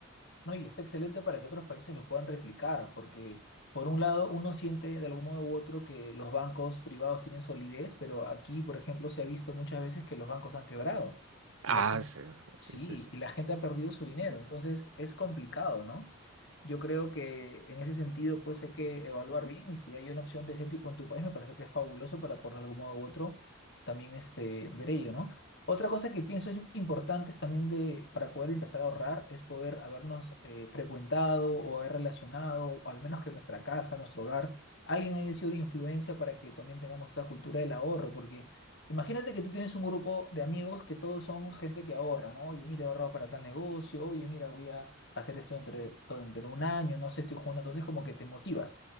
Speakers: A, on the left; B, on the right.
A: No, y está excelente para que otros países lo puedan replicar, porque por un lado uno siente de algún modo u otro que los bancos privados tienen solidez, pero aquí, por ejemplo, se ha visto muchas veces que los bancos han quebrado
B: Ah,
A: y la gente
B: sí, sí,
A: Sí,
B: sí, sí.
A: y la gente ha perdido su dinero, entonces es complicado, ¿no? Yo creo que en ese sentido, pues hay que evaluar bien y si hay una opción de ese tipo en tu país, me parece que es fabuloso para por de algún modo u otro también este, ver ello, ¿no? Otra cosa que pienso es importante es también de, para poder empezar a ahorrar es poder habernos eh, frecuentado o haber relacionado, o al menos que nuestra casa, nuestro hogar, alguien haya sido de influencia para que también tengamos esta cultura del ahorro, porque... Imagínate que tú tienes un grupo de amigos que todos son gente que ahorra, ¿no? Oye, mira, he ahorrado para tal negocio, oye, mira, voy a hacer esto entre, todo entre un año, no sé, estoy jugando, entonces como que te motivas.